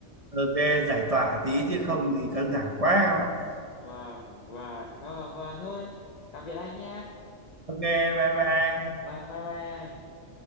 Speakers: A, on the right (about 30°); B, on the left (about 35°).
A: Ok giải tỏa tí chứ không thì căng thẳng quá em ạ.
B: vâng vâng vâng vâng thôi tạm biệt anh nha
A: Ok bye bye
B: vâng bye bye anh